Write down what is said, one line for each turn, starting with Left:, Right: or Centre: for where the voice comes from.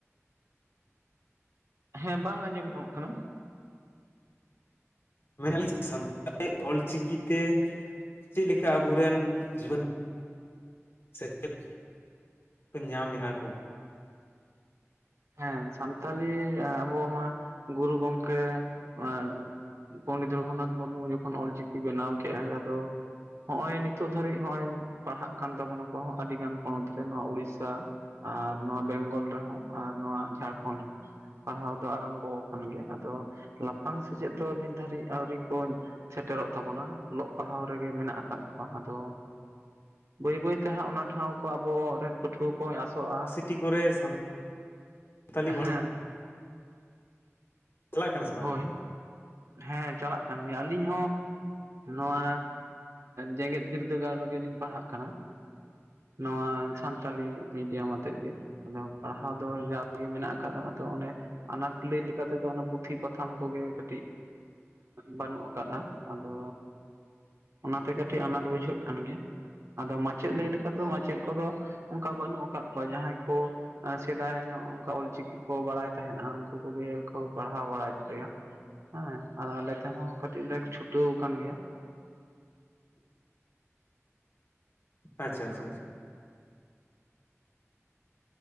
Right: ᱦᱮᱸ, ᱵᱟᱝ ᱟᱸᱡᱚᱢ ᱧᱟᱢᱚᱜ ᱠᱟᱱᱟ᱾
Left: ᱢᱮᱱ ᱟᱞᱤᱧ ᱥᱟᱱᱛᱟᱲᱤ ᱚᱞ ᱪᱤᱠᱤ ᱛᱮ ᱪᱮᱫ ᱞᱮᱠᱟ ᱟᱵᱚᱨᱮᱱ ᱡᱩᱣᱟᱹᱱ ᱥᱮᱪᱮᱫ ᱠᱚ ᱧᱟᱢᱮᱜ-ᱟ ᱠᱚ᱾
Right: ᱦᱮᱸ, ᱥᱟᱱᱛᱟᱞᱤ ᱟᱵᱚ ᱢᱟ ᱜᱩᱨᱩ ᱜᱚᱝᱠᱮ ᱮᱸ ᱯᱚᱸᱱᱰᱮᱛ ᱨᱚᱜᱷᱩᱱᱟᱛᱷ ᱢᱩᱨᱢᱩ ᱡᱚᱠᱷᱚᱱ ᱚᱞᱪᱤᱠᱤ ᱵᱮᱱᱟᱣ ᱠᱮ-ᱟᱭ ᱟᱫᱚ ᱦᱚᱸᱜ-ᱚᱭ ᱱᱤᱛᱚᱜ ᱫᱷᱟᱹᱨᱤᱡ ᱦᱚᱸᱜ-ᱚᱭ ᱯᱟᱲᱦᱟᱜ ᱠᱟᱱ ᱛᱟᱵᱚᱱᱟᱠᱚ ᱟᱹᱰᱤᱜᱟᱱ ᱯᱚᱱᱚᱛ ᱨᱮ ᱱᱚᱣᱟ ᱩᱲᱤᱥᱥᱟ ᱟᱨ ᱱᱚᱣᱟ ᱵᱮᱝᱜᱚᱞ ᱨᱮᱦᱚᱸ᱾ ᱟᱨ ᱱᱚᱣᱟ ᱡᱷᱟᱲᱠᱷᱚᱸᱰ ᱨᱮᱦᱚᱸ᱾ ᱯᱟᱲᱦᱟᱣ ᱫᱚ ᱟᱨᱟᱢᱵᱚ ᱟᱠᱟᱱ ᱜᱮᱭᱟ ᱟᱫᱚ ᱞᱟᱯᱷᱟᱝ ᱥᱮᱪᱮᱫ ᱫᱚ ᱱᱤᱛ ᱫᱷᱟᱹᱨᱤᱡ ᱟᱹᱣᱨᱤ ᱠᱚ ᱥᱮᱴᱮᱨᱚᱜ ᱛᱟᱵᱚᱱᱟ ᱚᱞᱚᱜ ᱯᱟᱲᱦᱟᱣ ᱨᱮᱜᱮ ᱢᱮᱱᱟᱜ ᱟᱠᱟᱫ ᱠᱚᱣᱟ ᱟᱫᱚ ᱵᱟᱹᱭ ᱵᱟᱹᱭ ᱛᱮ ᱦᱟᱸᱜ ᱚᱱᱟ ᱴᱷᱟᱶ ᱠᱚ ᱟᱵᱚᱨᱮᱱ ᱯᱟᱹᱴᱷᱩᱣᱟᱹ ᱠᱚᱧ ᱟᱥᱚᱜ-ᱟ
Left: ᱛᱤ ᱠᱚᱨᱮ ᱥᱟᱱ-ᱛᱟᱞᱤ <inaudible>
Right: ᱦᱮᱸ
Left: ᱠᱟᱱᱟ ᱥᱮ ᱵᱟᱝᱟ
Right: ᱦᱳᱭ, ᱦᱮᱸ ᱪᱟᱞᱟᱜ ᱠᱟᱱ ᱜᱮᱭᱟ, ᱟᱹᱞᱤᱧ ᱦᱚᱸ ᱱᱚᱣᱟ ᱡᱮᱜᱮᱫ ᱵᱤᱨᱫᱟᱹᱜᱟᱲ ᱨᱮᱜᱮᱞᱤᱧ ᱯᱟᱲᱦᱟᱜ ᱠᱟᱱᱟ᱾ ᱱᱚᱣᱟ ᱥᱟᱱᱛᱟᱞᱤ ᱢᱤᱰᱤᱭᱟᱢ ᱟᱛᱮᱫ ᱜᱮ᱾ ᱟᱫᱚ ᱯᱟᱲᱦᱟᱣ ᱫᱚ ᱡᱟᱣ ᱜᱮ ᱢᱮᱱᱟᱜ ᱟᱠᱟᱫᱟ ᱟᱫᱚ ᱚᱱᱮ ᱟᱱᱟᱴ ᱞᱟᱹᱭ ᱞᱮᱠᱟ ᱛᱮ ᱫᱚ ᱯᱩ ᱛᱷᱤ ᱯᱟᱛᱷᱟᱢ ᱠᱚᱜᱮ ᱠᱟᱹᱴᱤᱡ ᱵᱟᱹᱱᱩᱜ ᱟᱠᱟᱫᱟ, ᱟᱫᱚ ᱚᱱᱟᱛᱮ ᱠᱟᱹᱴᱤᱡ ᱟᱱᱟᱴ ᱵᱩᱡᱷᱟᱹᱜ ᱠᱟᱱ ᱜᱮᱭᱟ ᱟᱫᱚ ᱢᱟᱪᱮᱫ ᱞᱟᱹᱭ ᱞᱮᱠᱟ ᱛᱮᱫᱚ ᱞᱮᱠᱟᱛᱮ ᱢᱟᱪᱮᱫ ᱠᱚᱫᱚ ᱚᱱᱠᱟ ᱵᱟᱹᱱᱩᱜ ᱟᱠᱟᱫ ᱠᱚᱣᱟ ᱡᱟᱦᱟᱸᱭ ᱠᱚ ᱮᱸ ᱥᱮᱫᱟᱭ ᱧᱚᱜ ᱚᱱᱠᱟ ᱚᱞᱪᱤᱠᱤ ᱠᱚ ᱵᱟᱲᱟᱭ ᱛᱟᱦᱮᱸᱫ-ᱟ ᱩᱱᱠᱩ ᱠᱚᱜᱮ ᱠᱚ ᱯᱟᱲ ᱯᱟᱲᱦᱟᱣ ᱵᱟᱲᱟᱭᱮᱫ ᱞᱮᱭᱟ ᱦᱮᱸ, ᱟᱨ ᱟᱞᱮ ᱛᱮᱦᱚᱸ ᱠᱟᱹᱴᱤᱡ ᱞᱮ ᱪᱷᱩᱴᱟᱹᱣ ᱟᱠᱟᱱ ᱜᱮᱭᱟ᱾
Left: ᱟᱪᱪᱷᱟ
Right: ᱚᱱᱠᱟ
Left: ᱟᱪᱪᱷᱟ ᱟᱪᱪᱷᱟ᱾